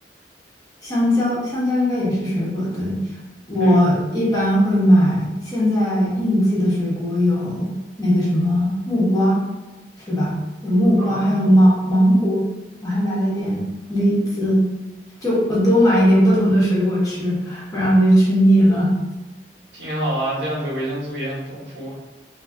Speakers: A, on the left (about 20°); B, on the right (about 75°).
A: 香蕉，香蕉应该也是水果，对。我一般会买现在应季的水果有那个什么木瓜，
B: 对
A: 是吧？有木瓜，
B: 啊，
A: 还有芒芒果，我还买了点李子，就我多买一点不同的水果吃，不然我就吃腻了。
B: 挺好啊，这样子维生素也很丰富。